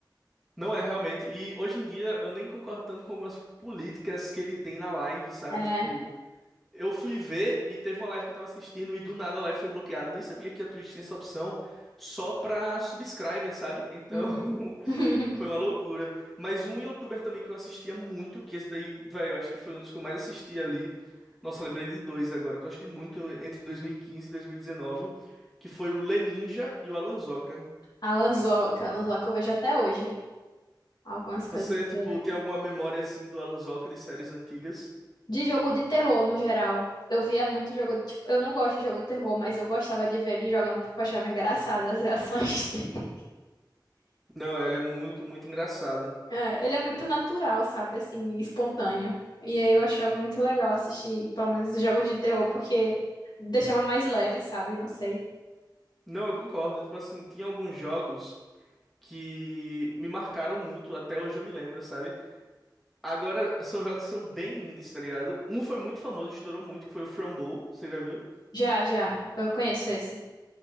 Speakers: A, in the centre; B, on the left.
A: Não é realmente. E hoje em dia eu nem concordo tanto com algumas políticas que ele tem na live, sabe?
B: É.
A: Tipo. Eu fui ver e teve uma live que eu tava assistindo e do nada a live foi bloqueada. Eu Nem sabia que a Twitch tinha essa opção só pra subscriber, sabe? Então
B: Uhum.
A: <laughs>
B: <laughs>
A: foi uma loucura. Mas um youtuber também que eu assistia muito, que esse daí, velho, eu acho que foi um dos que eu mais assisti ali. Nossa, eu lembrei de dois agora, que eu assisti muito entre 2015 e 2019, que foi o Leninja e o Alanzoca.
B: A Lanzoca, a Lanzoca eu vejo até hoje. Algumas coisas
A: Você, tipo,
B: de,
A: tem alguma memória assim do Alanzoca de séries antigas?
B: de jogo de terror no geral. Eu via muito jogo, tipo, eu não gosto de jogo de terror, mas eu gostava de ver ele jogando porque eu achava engraçadas as reações <laughs> dele.
A: Não, ele é muito, muito engraçado.
B: É, ele é muito natural, sabe? Assim, espontâneo. E aí eu achava muito legal assistir, pelo menos, os jogos de terror, porque deixava mais leve, sabe? Não sei.
A: Não, eu concordo. Tipo assim, tinha alguns jogos. que me marcaram muito, até hoje eu me lembro, sabe? Agora, são jogos que são bem indies, tá ligado? Um foi muito famoso, estourou muito, que foi o Frumble, você já viu?
B: Já, já, eu conheço esse.